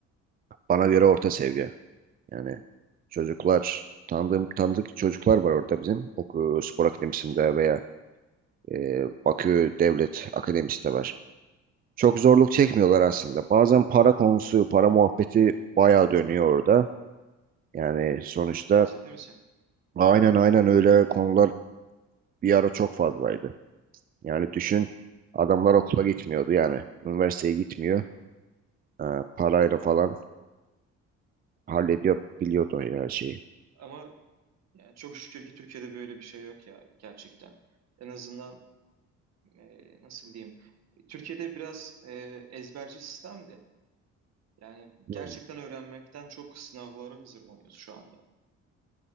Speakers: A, on the right; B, on the right.
A: bana göre orta seviye. Yani çocuklar tanıdığım tanıdık çocuklar var orada bizim oku spor akademisinde veya e, Bakü Devlet Akademisi de var. Çok zorluk çekmiyorlar aslında. Bazen para konusu, para muhabbeti bayağı dönüyor orada. Yani sonuçta
B: Ya ciddi misin?
A: aynen aynen öyle konular bir ara çok fazlaydı. Yani düşün adamlar okula gitmiyordu yani üniversiteye gitmiyor. E, parayla falan hallediyor biliyordu her şeyi.
B: Ama yani çok şükür ki Türkiye'de böyle bir şey yok ya gerçekten. En azından e, nasıl diyeyim? Türkiye'de biraz e, ezberci sistemdi. Yani
A: Hmm.
B: gerçekten öğrenmekten çok sınavlara hazırlanıyoruz şu anda.